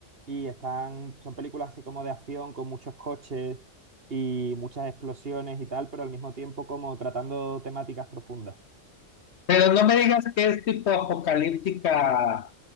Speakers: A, on the right; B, on the left.
A: y están, son películas así como de acción con muchos coches y muchas explosiones y tal, pero al mismo tiempo como tratando temáticas profundas.
B: Pero no me digas que es tipo apocalíptica,